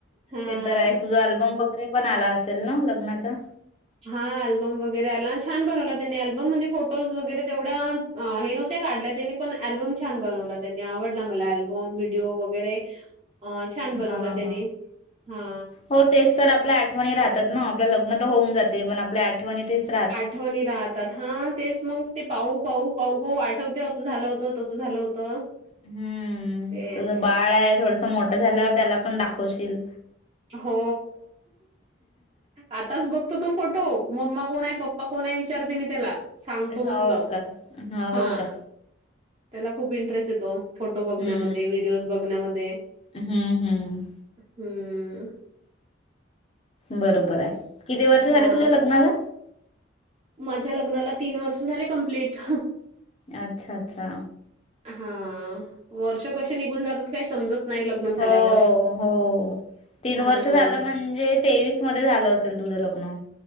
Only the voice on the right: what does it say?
हा.
हा, अल्बम वगैरे आला, छान बनवला त्यांनी अल्बम, म्हणजे फोटोज वगैरे तेवढा अ हे नव्हत्या काढल्या त्यांनी पण अल्बम छान बनवला त्यांनी, आवडला मला, अल्बम, व्हिडिओ वगैरे अ छान बनवला
त्यानी,
हा.
आठवणी राहतात, हा, तेच मग ते पाहू पाहू पाहू पाहू, आठवत ते असं झालं होतं, तसं झालं होतं.
तेच
हो, आताच बघतो तो फोटो हो, मम्मा कोण आहे? पप्पा कोण आहे? विचारते मी त्याला. सांगतो
मस्त,
हा.
त्याला खूप इंटरेस्ट येतो, फोटो बघण्यामध्ये,
व्हिडिओज बघण्यामध्ये.
हम्म!
हां.
माझ्या लग्नाला तीन वर्ष झाले कंप्लीट.
हा, वर्ष कसे निघून जातात काय समजत नाही लग्न झाल्यावर.
हां.